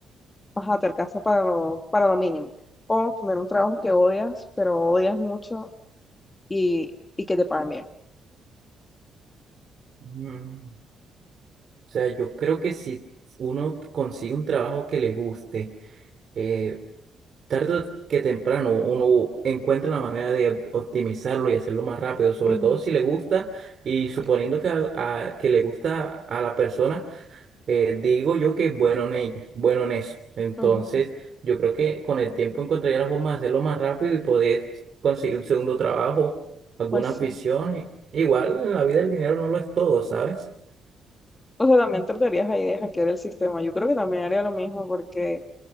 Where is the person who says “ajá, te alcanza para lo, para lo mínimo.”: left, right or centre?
Left